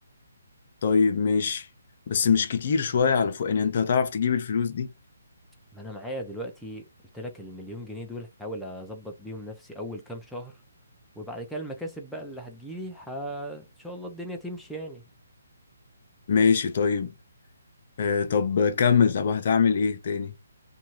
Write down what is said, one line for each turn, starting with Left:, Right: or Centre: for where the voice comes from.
Left: طيب ماشي بس مش كتير شوية على فوق يعني انت هتعرف تجيب الفلوس دي
Centre: ما انا معايا دلوقتي قلت لك المليون جنيه دول هحاول اظبط بيهم نفسي اول كام شهر وبعد كده المكاسب بقى اللي هتجيلي ح... ان شاء الله الدنيا تمشي يعني
Left: ماشي طيب آه طب كمل طب هتعمل ايه تاني